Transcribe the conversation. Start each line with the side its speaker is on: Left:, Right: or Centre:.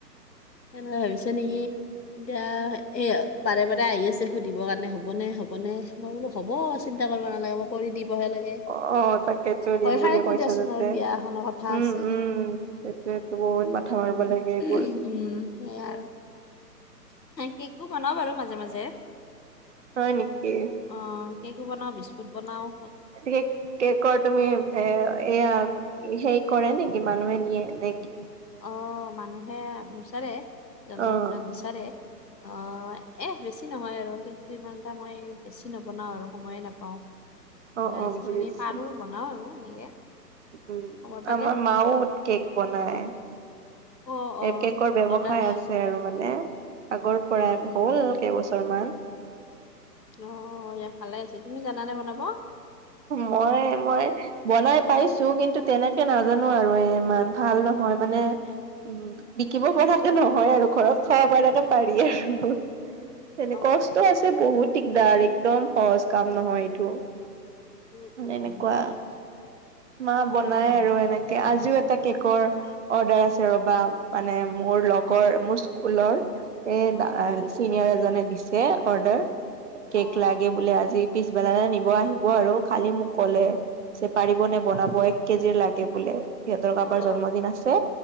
Left: সেনে ভাবিছে নেকি এতিয়া এই বাৰে, বাৰে আহি আছে সুধিবৰ কাৰণে হ'ব হ'বনে, হ'বনে মই বোলোঁ হ'ব চিন্তা কৰিব নালাগে, মই কৰি দিবহে লাগে।
Right: অ', তাকে। দিম
Left: ভয় খাইতো
Right: বুলি কৈছা,
Left: দিয়াচোন
Right: যাতে
Left: আৰু বিয়া এখনৰ কথা
Right: উম,
Left: আছে
Right: উম, সেইটোয়েতো বহুত মাথা মাৰিব
Left: উম
Right: লাগে এইবোৰ।
Left: উম, সেইয়া আৰু। কেকটো বনাওঁ বাৰু মাজে, মাজে।
Right: হয়, নিকি?
Left: অ', কেকো বনাওঁ, বিস্কুট বনাওঁ।
Right: <unintelligible> কেকট তুমি এ এয়া হেৰি কৰে নেকি মানুহে নিয়ে নেকি?
Left: অ', মানুহে বিচাৰে, জন্মদিনত
Right: অ',
Left: বিচাৰে। অ', এ বেছি নহয় আৰু <unintelligible> ঘণ্টা মই বেছি নবনাওঁ আৰু সময়ে নে পাওঁ
Right: অ',
Left: মানে
Right: অ',
Left: যিখিনি
Right: বুজিছো
Left: পাৰোঁ বনাওঁ আৰু এনেকে।
Right: উম,
Left: সময় পালে।
Right: আমাৰ মাও কেক বনায়। এই
Left: অ', অ',
Right: কেকৰ ব্যৱসায়
Left: অৰ্ডাৰ
Right: আছে আৰু মানে। আগৰ পৰা
Left: উম, উম,
Right: হ'ল
Left: উম,
Right: কেইবছৰ মান।
Left: অ', ইয়া ভালে আছে, তুমি জানানে বনাব?
Right: মই, মই বনাই পাইছোঁ, কিন্তু তেনেকে নাজানোঁ আৰু ইমান ভাল নহয় মানে। উম, বিকিব পৰাকে নহয় আৰু ঘৰত খাব পৰাকে পাৰি আৰু। এনে
Left: অ'।
Right: কষ্ট আছে বহুত দিগদাৰ, একদম সহজ কাম নহয় এইটো।
Left: উম,
Right: মানে
Left: উম,
Right: এনেকুৱা মা
Left: হয়
Right: বনাই
Left: দিয়া।
Right: আৰু এনেকে আজিও এটা কেকৰ অৰ্ডাৰ আছে, ৰ'বা মানে মোৰ লগৰ মোৰ স্কুলৰ। এ
Left: অ',
Right: দা চিনিয়ৰ এজনে দিছে অৰ্ডাৰ
Left: অ',
Right: কেক লাগে বোলে আজি। পিছবেলালে নিব আহিব আৰু খালি মোক ক'লে যে, পাৰিব নে? বনাব এক কেজিৰ লাগে বোলে সিহঁতৰ কাবাৰ
Left: অ',
Right: জন্মদিন আছে।